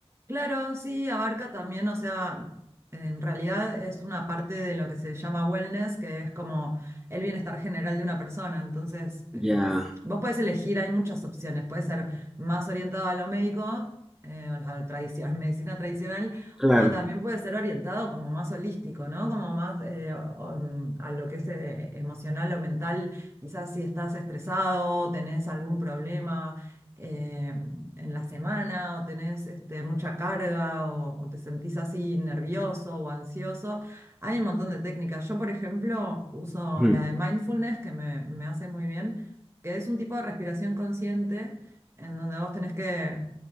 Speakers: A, on the right; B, in the centre.
A: Claro, sí, abarca también, o sea, en realidad es una parte de lo que se llama wellness, que es como el bienestar general de una persona. Entonces, eh,
B: Ya,
A: vos podés elegir, hay muchas opciones. Puede ser más orientado a lo médico, eh, a la tradición, <laughs> medicina tradicional,
B: claro.
A: o también puede ser orientado como más holístico, ¿no? Como más eh, o- mm, a lo que es eh, emocional o mental. Quizás si estás estresado, tenés algún problema. eh, en la semana o tenés este, mucha carga o, o te sentís así nervioso o ansioso. Hay un montón de técnicas. Yo, por ejemplo, uso
B: Ujú,
A: la de mindfulness que me, me hace muy bien, que es un tipo de respiración consciente en donde vos tenés que